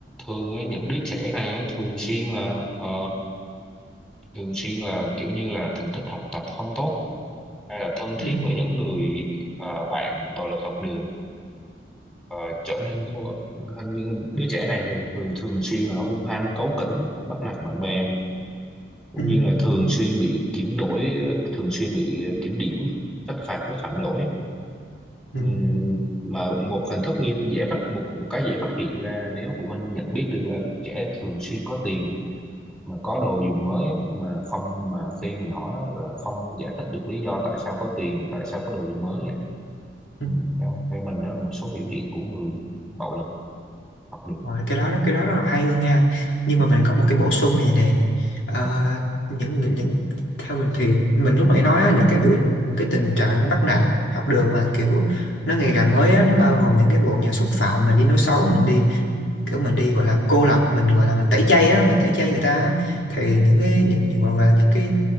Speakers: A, in the centre; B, on the left.
A: thường á, những đứa trẻ này á, thường xuyên là ờ, thường xuyên là kiểu như là thành tích học tập không tốt hay là thân thiết
B: ừ,
A: với những người ờ, bạn bạo lực học đường Ờ, trở nên hô- hình như đứa trẻ này thì thường thường xuyên là hung hăng cáu kỉnh bắt nạt bạn bè cũng
B: ừ,
A: như là thường xuyên bị kiểm đổi thường xuyên bị ờ, kiểm điểm trách phạt với phạm lỗi
B: ừ,
A: Ừm, mà một hình thức nghiêm dễ phát một một cái dễ phát hiện ra là nếu phụ huynh nhận biết được là trẻ thường xuyên có tiền mà có đồ dùng mới á, mà không mà khi mình hỏi á, là không giải thích được lý do tại sao có tiền tại sao có đồ dùng mới vậy
B: ừ.
A: Ừm, theo theo mình đó là một số biểu hiện của người bạo lực học đường
B: Rồi, cái đó rất- cái đó rất là hay luôn nha nhưng mà mình có một cái bổ sung gì này Ờ, những những những- theo mình thì mình lúc nãy nói á, những cái biểu những cái tình trạng bắt nạt học đường mà kiểu nó ngày càng mới á, nó bao gồm những cái vụ nhà xúc phạm mình đi nói xấu mình đi kiểu mình đi gọi là cô lập mình gọi là mình tẩy chay á mình tẩy chay người ta á, thì
A: Ừm,
B: những cái những, những gọi là những cái